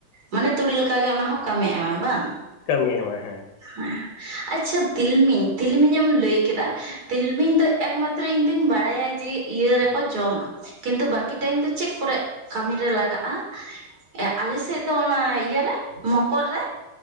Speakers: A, on the right (about 25°); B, on the left (about 85°).
A: ᱢᱟᱱᱮ ᱛᱩᱲᱤ ᱞᱮᱠᱟᱜᱮ ᱚᱱᱟ ᱦᱚᱸ ᱠᱟᱹᱢᱤ ᱮᱢᱟᱭ ᱵᱟᱝ
B: ᱠᱟᱹᱢᱤ ᱮᱢᱟ ᱦᱮᱸ
A: ᱦᱮᱸ ᱟᱪᱪᱷᱟ ᱛᱤᱞᱢᱤᱧ ᱛᱤᱞᱢᱤᱧ ᱮᱢ ᱞᱟᱹᱭ ᱠᱮᱫᱟ ᱛᱤᱞᱢᱤᱧ ᱫᱚ ᱮᱠᱢᱟᱛᱨᱚ ᱤᱧ ᱫᱩᱧ ᱵᱟᱲᱟᱭᱟ ᱡᱮ ᱤᱭᱟᱹ ᱨᱮᱠᱚ ᱡᱚᱢᱟ ᱠᱤᱱᱛᱩ ᱵᱟᱠᱤ ᱴᱟᱭᱤᱢ ᱫᱚ ᱪᱮᱫ ᱠᱚᱨᱮ ᱠᱟᱹᱢᱤᱨᱮ ᱞᱟᱜᱟᱜᱼᱟ ᱟᱞᱮᱥᱮᱜ ᱫᱚ ᱚᱱᱟ ᱤᱭᱟᱹᱨᱮ ᱢᱚᱠᱚᱨ ᱨᱮ